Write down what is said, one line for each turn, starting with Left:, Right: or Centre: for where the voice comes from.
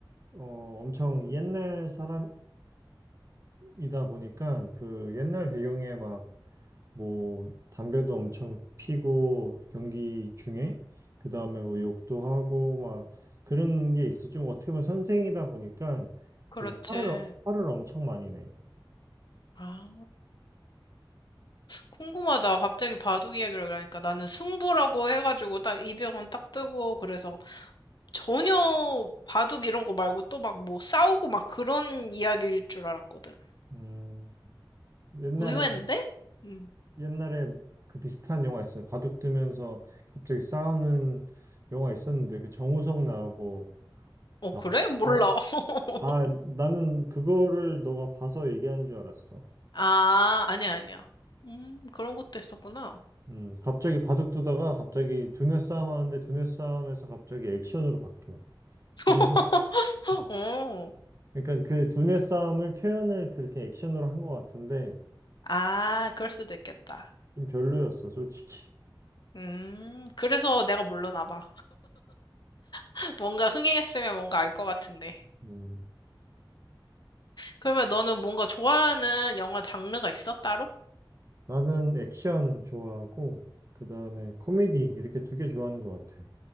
Right: 어, 엄청 옛날 사람, 이다 보니까 그 옛날 배경에 막 뭐 담배도 엄청 피고 경기 중에 그 다음에 뭐 욕도 하고 막 그런 게 있어. 좀 어떻게 보면 선생이다 보니까
Left: 그렇지.
Right: 그 화를 어, 화를 엄청 많이 내.
Left: 아. 궁금하다. 갑자기 바둑 이야기를 하니까 나는 승부라고 해가지고 딱 이병헌 딱 뜨고 그래서 전혀 바둑 이런 거 말고 또 막 뭐 싸우고 막 그런 이야기일 줄 알았거든.
Right: 음 옛날에
Left: 의외인데? 음.
Right: 옛날에 그 비슷한 영화 있어요. 바둑 두면서 갑자기 싸우는 영화 있었는데 그 정우성 나오고
Left: 어,
Right: 나.
Left: 그래? 몰라.
Right: 어?
Left: <laughs>
Right: 아 나는 그거를 너가 봐서 얘기한 줄 알았어.
Left: 아, 아니야, 아니야. 음, 그런 것도 있었구나.
Right: 음, 갑자기 바둑 두다가 갑자기 두뇌 싸움 하는데 두뇌 싸움에서 갑자기 액션으로 바뀌어.
Left: <laughs>
Right: 그런, 어.
Left: 어.
Right: 그러니까 그 두뇌 싸움을 표현을 그렇게 액션으로 한 것 같은데
Left: 아, 그럴 수도 있겠다.
Right: 좀 별로였어, 솔직히.
Left: 음, 그래서 내가 몰랐나 봐. <laughs> 뭔가 흥행했으면 뭔가 알 것 같은데.
Right: 음,
Left: 그러면 너는 뭔가 좋아하는 영화 장르가 있어, 따로?
Right: 나는 액션 좋아하고, 그 다음에 코미디 이렇게 두 개 좋아하는 것 같아.